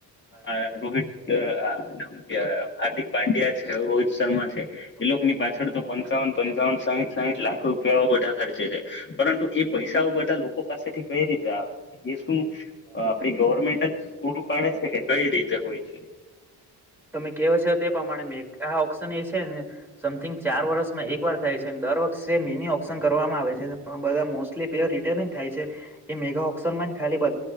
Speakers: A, in the centre; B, on the left.
A: અ,
B: આહ
A: એવી
B: રોહિત
A: જ,
B: અહ
A: અ,
B: આને હું કે અહ હાર્દિક પાંડ્યા છે રોહિત શર્મા છે
A: જોગની
B: એ લોકો
A: પાછળનો
B: ની પાછળ તો પંચાવન
A: બધા
B: પંચાવન સાહીઠ સાહીઠ લાખ રૂપિયા બધા ખર્ચે છે. પરંતુ એ પૈસાઓ બધા લોકો પાસેથી કઈ રીતે આવે છે? એ શું
A: અ,
B: આપડી
A: બી
B: ગવર્મેન્ટ જ પૂરું પાડે છે કે કઈ રીતે હોય છે?
A: તમે કેહો છો તે પ્રમાણે મે આ ઓક્શન એ છે ને સમથિંગ ચાર વર્ષ માં એક વાર થાય છે ને દર વખષે મિની ઓ શન કરવામાં આવે છે. <inaudible> બધા પલેર રિટર્ન થાય છે એ મેગા ઑક્શન ખાલી બ